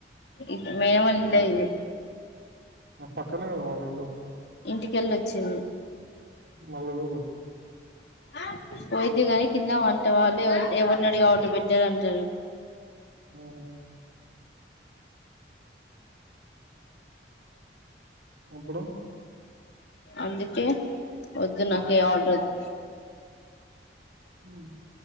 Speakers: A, on the left; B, on the right.
A: ఇది మేడమ్ వాల ఇల్లే ఇది
B: మాకు పక్కనే కదా వాళ్ళిళ్ళు
A: ఇంటికెళ్ళొచ్చింది
B: మళ్ళ సూడు
A: ఆ పోయిద్ది కానీ కింద వంట వాల్లే ఎవరినడిగి ఆర్డర్ పెట్టినావ్ అంటారు
B: అవునా అప్పుడు
A: అందుకే వద్దు నాకు ఏ ఆర్డర్ వద్
B: హుమ్